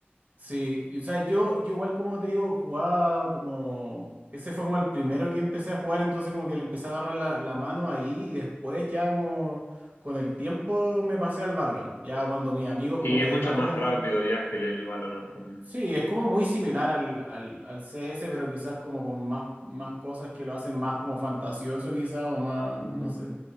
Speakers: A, on the right (about 40°); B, on the left (about 75°).
A: Sí, y, o sea, yo, yo igual como te digo, jugaba como... Ese fue como el primero que empecé a jugar, entonces como que le empecé a agarrar la, la mano ahí y después ya como con el tiempo me pasé al Valorant, ya cuando mis amigos como
B: Y
A: que
B: es
A: dejaron
B: mucho más
A: de
B: rápido
A: jugar.
B: y ágil el Valorant también.
A: Sí, es como muy similar al, al, al CS, pero quizás como con más, más cosas que lo hacen más como fantasioso quizás, o más,
B: Ujú.
A: no sé,